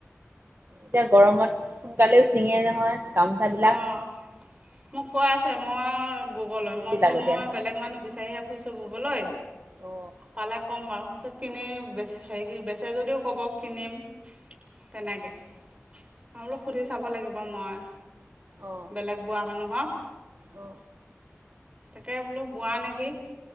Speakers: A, on the right; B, on the right.
A: এতিয়া গৰমত সোনকালেও ছিঙে নহয় গামোচা বিলাক।
B: অঁ মোক কৈ আছে মই ববলৈ
A: বেছি
B: মই বোলো
A: লাগতিয়াল
B: মই
A: হয়
B: বেলেগ মানুহ বিচাৰিহে ফুছো ববলৈ
A: অ
B: পালে ক'ম বাৰু তাৰপিছত কিনি বে হেৰি বেচে যদিও ক'ব কিনিম তেনেকৈ অঁ বোলো সুধি চাব লাগিব মই।
A: অ
B: বেলেগ বোৱা মানুহক।
A: অ
B: তাকে বোলো বোৱা নেকি?